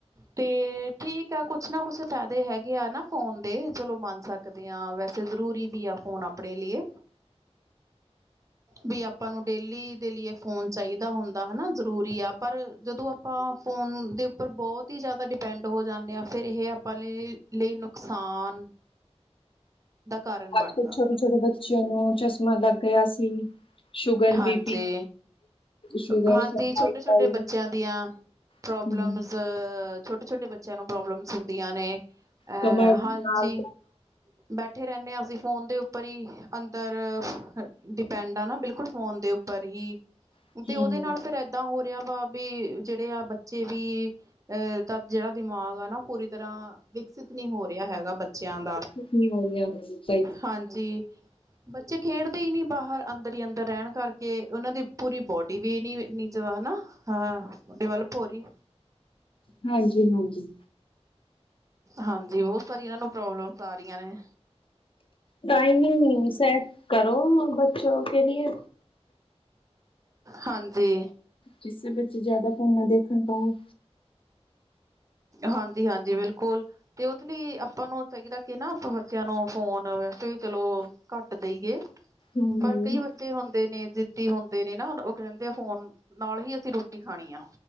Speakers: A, on the right (about 30°); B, on the left (about 55°).
A: ਤੇ ਠੀਕ ਕੁਛ ਨਾ ਕੁਛ ਫਾਇਦੇ ਹੈਗੇ ਆ ਨਾ ਫੋਨ ਦੇ ਚਲੋ ਮੰਨ ਸਕਦੇ ਹਾਂ ਵੈਸੇ ਜ਼ਰੂਰੀ ਵੀ ਆ ਫੋਨ ਆਪਣੇ ਲਈ ਵੀ ਤੁਹਾਨੂੰ ਡੇਲੀ ਦੇ ਲਈਏ ਫੋਨ ਚਾਹੀਦਾ ਹੁੰਦਾ ਹਨਾ ਜਰੂਰੀ ਆ ਪਰ ਜਦੋਂ ਆਪਾਂ ਫੋਨ ਦੇ ਉੱਪਰ ਬਹੁਤ ਹੀ ਜਿਆਦਾ ਡਿਪੈਂਡ ਹੋ ਜਾਂਦੇ ਆ ਫਿਰ ਇਹ ਆਪਾਂ ਲੇ ਲਈ ਨੁਕਸਾਨ ਦਾ ਕਾਰਨ ਬਣਦਾ
B: ਅੱਜ ਕਲ ਛੋਟੇ ਛੋਟੇ ਬੱਚਿਆਂ ਨੂੰ ਮਤਲਬ ਗਿਆ ਸੀ ਸ਼ੂਗਰ,
A: ਹਾਂਜੀ
B: ਬੀ ਪੀ, ਸ਼ੂਗਰ,
A: ਹਾਂਜੀ
B: ਸਰਵਾਈਕਲ
A: ਛੋਟੇ ਛੋਟੇ ਬੱਚਿਆਂ ਦੀਆਂ ਪ੍ਰੋਬਲਮ
B: ਹਮ,
A: ਛੋਟੇ ਛੋਟੇ ਬੱਚਿਆਂ ਨੂੰ ਪ੍ਰੋਬਲਮਸ ਹੁੰਦੀਆਂ ਨੇ ਅਹ
B: ਕਮਰ
A: ਹਾਂਜੀ
B: ਨਾਲ
A: ਐ ਬੱਠੇਹਿੰਦੇਾਂ ਅਸੀਂ ਫੋਨ ਦੇ ਉਪਰ ਹੀ ਅੰਦਰ ਡਿਪੈਂਡ ਆ ਨਾ ਬਿਲਕੁਲ ਦੇ ਉੱਪਰ ਹੀ
B: ਹੂੰ
A: ਤੇ ਉਹਦੇ ਨਾਲ ਫਿਰ ਇਦਾਂ ਹੋ ਕਿਆ ਬਾਤ ਵੀ ਜਿਹੜੇ ਆ ਬੱਚੇ ਵੀ ਜਿਹੜਾ ਦਿਮਾਗ ਆ ਨਾ ਪੂਰੀ ਤਰ੍ਹਾਂ ਵਿਕਸਿਤ ਨਹੀਂ ਹੋ ਰਿਹਾ ਹੈਗਾ ਬੱਚਿਆਂ ਦਾ
B: ਨਹੀਂ ਹੋ ਰਿਹਾ ਸਹੀ
A: ਹਾਂਜੀ ਬੱਚੇ ਖੇਡਦੇ ਖੇਲਤੇ ਹੀ ਨਹੀਂ ਬਹਾਲ ਅੰਦਰ ਹੀ ਅੰਦਰ ਰਹਿਣ ਕਰ ਤੇ ਉਹਨਾਂ ਦੀ ਪੂਰੀ ਬ ਇਵੇ ਨੀਚਦਾ ਹਨਾ ਡਿਵੈਲਪ ਹੋਰੀ
B: <inaudible> ਹਾਂਜੀ-ਹਾਂਜੀ,
A: ਹਾਂਜੀ ਬਹੁਤ ਸਾਰੀਆਂ ਨੂੰ ਪ੍ਰੋਬਲਮ ਆ ਰਹੀਆਂ ਨੇ,
B: ਟਾਈਮਿੰਗਸ ਕਰੋ ਬੱਚੋ ਕੇ ਲੀਏ,
A: ਹਾਂਜੀ,
B: ਕਿਸੇ ਬੱਚੇ ਜਿਆਦਾ ਫੋਨਾ ਦੇਖਣ ਤੋਂ,
A: ਹਾਂਜੀ, ਹਾਂਜੀ ਬਿਲਕੁਲ ਤੇ ਉਹਦੇ ਲਈ ਆਪਾਂ ਨੂੰ ਚਾਹੀਦਾ ਕਿ ਨਾ ਆਪਾਂ ਬੱਚਿਆਂ ਨੂੰ ਫੋਨ ਵੈਸੇ ਚਲੋ ਘੱਟ ਦੇਈਏ
B: ਹੂੰ-ਹੂੰ
A: ਪਰ ਕਈ ਬੱਚੇ ਹੁੰਦੇ ਨੇ ਜਿੱਦੀ ਹੁੰਦੇ ਨੇ, ਨਾ ਉਹ ਕਹਿੰਦੇ ਆ ਫੋਨ ਨਾਲ ਹੀ ਅਸੀਂ ਰੋਟੀ ਖਾਣੀ ਆ,